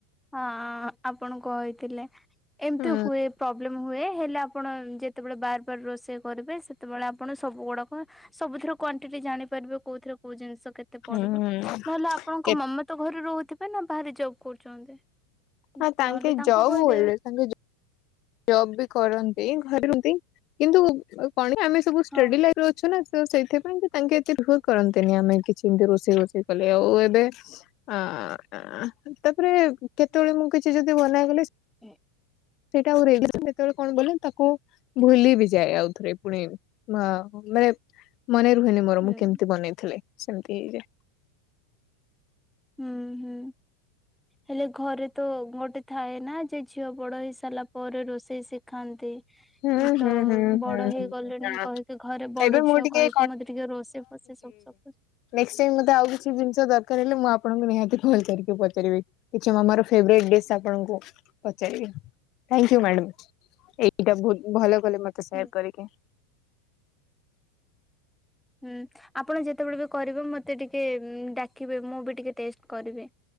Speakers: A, in the centre; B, on the left (about 45°).
A: ହଁ ଆପଣ କହିଥିଲେ ଏମତି
B: ହୁଁ
A: ହୁଏ ପ୍ରୋବ୍ଲେମ ହୁଏ ହେଲେ ଆପଣ ଯେ ଯେତେବେଳେ ବାର ବାର ରୋଷେଇ କରିବେ ସେତେବେଳେ ଆପଣ ସବୁଗୁଡାକ ସବୁଥିରୁ କ୍ଵାଣ୍ଟିଟି ଜାଣିପାରିବେ କୋଉଥିରେ କୋଉ ଜିନିଷ କେତେ ପଡିବ
B: ହୁଁ
A: ନହେଲେ ଆପଣଙ୍କ
B: କେ
A: ମମା ତ ଘରେ ରହୁଥିବ ନା ବାହାରେ ଜବ୍ କରୁଛନ୍ତି?
B: ନାଁ ତାଙ୍କେ
A: ନହେଲେ ତାଙ୍କୁ
B: ଯବ୍
A: କହିଦେବେ
B: ବୋଇଲେ ତାଙ୍କେ ଜ ଜବ୍ ବି କରନ୍ତି ଘରେ ରୁହନ୍ତି କିନ୍ତୁ କଣକି ଆମେ ସବୁ ଷ୍ଟଡି
A: ହଁ
B: ଲାଇ ରେ ଅଛୁ ନା ତ ସେଇଥିପାଇଁ ତାଙ୍କେ ଏତେ ଭୁଲ କରନ୍ତିନି ଆମେ କିଛି ଏମିତି ରୋଷେଇ ଭୋଷେଇ କଲେ ଆଉ ଏବେ ଆଆ ଆଃ ତାପରେ କେତବେଳେ ମୁଁ କିଛି ଯଦି ମନାକଲି
A: <inaudible>
B: ଆଉରେ ସେତେବେଳେ କଣ କଲେ ତାକୁ ଭୁଲି ବି ଯାଏ ଆଉ ଥରେ ପୁଣି। ମା ମାନେ ମନେ ରୁହେନି ମୋର
A: ହୁଁ।
B: ମୁଁ କେମିତି ବନେଇଥିଲି ସେମତି ହେଇଯାଏ।
A: ହୁଁ ହୁଁ। ହେଲେ ଘରେ ତ ଗୋଟେ ଥାଏ ନା ଯେ ଝିଅ ବଡ ହେଇ ସାରିଲା ପରେ ରୋଷେଇ ଶିଖାନ୍ତି।
B: ହୁଁ ହୁଁ
A: ତ
B: ହୁଁ
A: ବଡ
B: ହୁଁ
A: ହେଇଗଲିଣି
B: ହୁଁ
A: କହିକି ଘରେ ବଡ
B: ଏବେ ମୁଁ
A: ଝିଅ
B: ଟିକେ
A: କହିକି ମତେ ଟିକେ ରୋଷେଇ ଫୋଷେ ସେ ସବୁ <unintelligible>
B: ନେକ୍ସଟ ମତେ ଆଉ କିଛି ଜିନିଷ ଦରକାର ହେଲେ ମୁଁ ଆପଣଙ୍କୁ ନିହାତି କଲ କରିକି ପଚାରିବି। କିଛି ମାମା ର ଫେବରାଇଟ ଡିସ ଆପଣଙ୍କୁ ପଚାରିବି ଥ୍ୟାଙ୍କ୍ୟୁ ମାଡାମ। ଏଇଟା ବହୁତ ଭଲ କଲେ ମତେ ସେୟାର
A: ହୁଁ
B: କରିକି।
A: ହୁଁ ଆପଣ ଯେତେବେଳେ ବି କରିବେ ମତେ ଟିକେ ଡାକିବେ ମୁଁ ବି ଟିକେ ଟେଷ୍ଟ କରିବି।